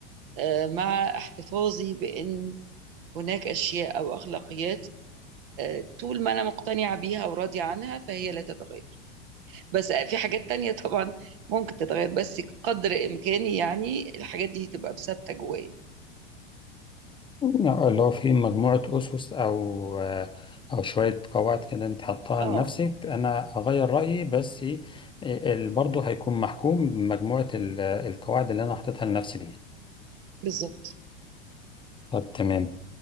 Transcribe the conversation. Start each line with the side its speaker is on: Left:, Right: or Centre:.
Right: آه، مع احتفاظي بأن هناك أشياء أو أخلاقيات آه، طول ما أنا مقتنعة بيها وراضية عنها فهي لا تتغير بس في حاجات تانية طبعا ممكن تتغير بس قدر إمكاني يعني الحاجات دي تبقى ثابتة جوايا
Left: لا، اللي هو في مجموعة أسس أو أو شوية قواعد كده أنت حطها
Right: اه
Left: لنفسك أنا أغير رأيي بس آه، ال- برضه هيكون محكوم بمجموعة ال- القواعد اللي أنا حطيتها لنفسي دي
Right: بالظبط
Left: طب تمام